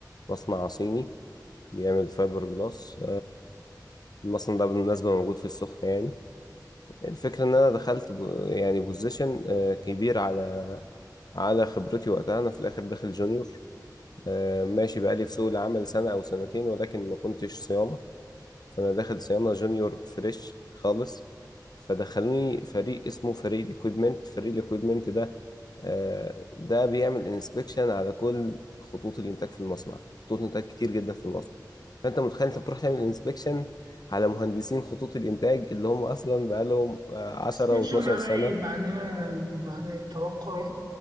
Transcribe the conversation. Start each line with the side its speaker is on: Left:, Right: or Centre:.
Left: مصنع صيني بيعمل فايبر جلاس المصنع ده بالمناسبة موجود في السخنة يعني الفكرة إن أنا دخلت ب... يعني بوزيشن كبير على على خبرتي وقتها أنا في الآخر داخل جونيور آه، ماشي بقالي في سوق العمل سنة أو سنتين ولكن ما كنتش صيانة فانا داخل صيانه جونيور فريش خالص فدخلوني فريق اسمه فريق الاكويبمنت فريق الاكويبمنت ده آه، ده بيعمل انسبكشن على كل خطوط الانتاج في المصنع خطوط الانتاج كتير جدا في المصنع فانت متخيل انت بتروح تعمل انسبكشن على مهندسين خطوط الانتاج اللي هم اصلا بقالهم آه، 10
Right: اكسبكشن
Left: و12
Right: معناه
Left: سنه
Right: ايه معناه معناه ايه توقع يعني.